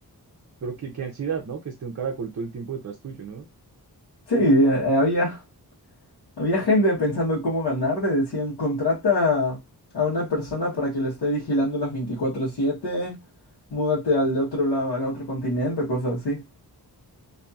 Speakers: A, on the right; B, on the left.
A: Pero qué, qué ansiedad, ¿no? Que esté un caracol todo el tiempo detrás tuyo, ¿no?
B: Sí, eh, eh, había, había gente pensando cómo ganar, le decían, contrata a una persona para que lo esté vigilando las veinticuatro siete Múdate al de otro lado, al otro continente, cosas así.